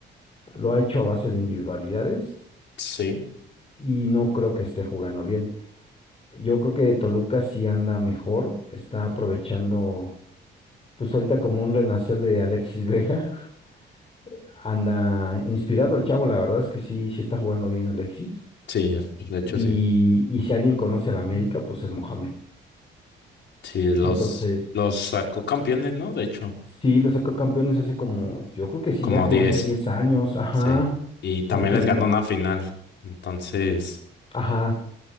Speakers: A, on the left; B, on the left.
A: lo ha hecho a base de individualidades
B: Sí,
A: y no creo que esté jugando bien. Yo creo que Toluca sí anda mejor, está aprovechando, pues ahorita como un renacer de Alexis Vega, <laughs> anda inspirado el chavo, la verdad es que sí, sí está jugando bien Alexis.
B: sí, de hecho
A: Y,
B: sí.
A: y si alguien conoce a la América, pues es Mohamed.
B: Sí, los,
A: Entonces,
B: los sacó campeones, ¿no? De hecho,
A: sí, lo sacó campeones hace como, yo creo que sí,
B: como
A: ya como
B: 10,
A: hace 10 años, ajá,
B: sí. Y también
A: aquí
B: les
A: en
B: ganó
A: el Azteca.
B: una final. Entonces...
A: Ajá,